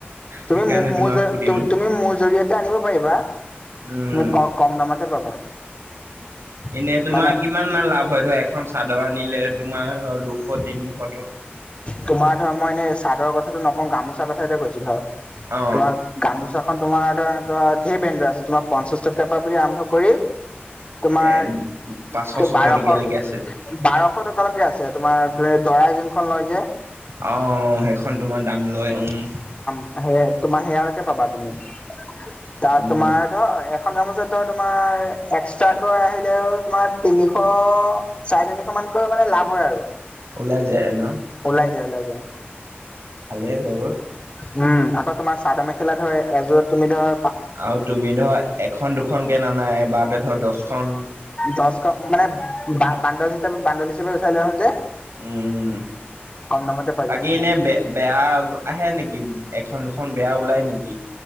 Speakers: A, on the left; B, on the right.
A: তুমি
B: সেইকাৰণে
A: মোৰ,
B: তোমাক সুধিলো
A: তুমি মোৰ জৰিয়তে আনিব পাৰিবা।
B: উম
A: তুমি ক, কম দামতে পাবা।
B: এনেই তোমাৰ
A: মানে
B: কিমান মান লাভ হয় ধৰা। এখন চাদৰ আনিলে তোমাৰ। অ' দুশ তিনিশ টকা।
A: তোমাৰ ধৰ মই এনে চাদৰ কথাটো নকওঁ। গামোচাৰ কথাটোৱে কৈছো ধৰ।
B: অ
A: তোমাৰ গামোচা। গামোচাখন তোমাৰ ধৰ আকৌ, ধেই ব্ৰেণ্ডৰ আছে তোমাৰ পঞ্চাশ টকাৰ পৰা বুলি আৰম্ভ কৰি। তোমাৰ
B: এ পাঁচশ ছশ
A: বাৰশ,
B: টকীয়ালৈকে আছে
A: বাৰশ টকালৈকে আছে তোমাৰ। দৰাই যোনখন লয় যে।
B: অহ্, সেইখন তোমাৰ দাম লয়, উম্।
A: সেয়া, তোমাৰ সেয়ালৈকে পাবা তুমি। তাত
B: উম
A: তোমাৰ ধৰ। এখন গামোচা ধৰ তোমাৰ একষ্টাকৈ আহিলেও আৰু তোমাৰ তিনিশ, চাৰে তিনিশ মান। কৈও মানে লাভ হয় আৰু।
B: ওলাই যায় আৰু ন।
A: ওলাই যায় লাগে।
B: ভালে টোৰ।
A: উম্, আকৌ তোমাৰ চাদৰ মেখেলা ধৰ, এযোৰত তুমি ধৰা।
B: আৰু তুমি ধৰা, এখন দুখনকে নানাই এবাৰতে ধৰ দশখন।
A: দশখন মানে বানণ্ডল হিচাপে, বানণ্ডল হিচাপে উঠাই লই আহো যে।
B: উম্।
A: কম দামতে পাই
B: বাকী
A: যাওঁ মানে
B: এনেই বে বেয়া আহে নেকি? এখন দুখন বেয়া ওলাই নেকি? কি?